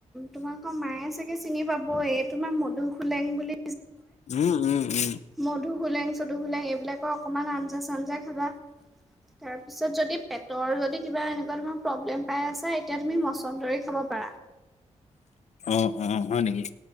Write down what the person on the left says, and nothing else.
উম', উম', উম'
অ', অ', হয়', নেকি।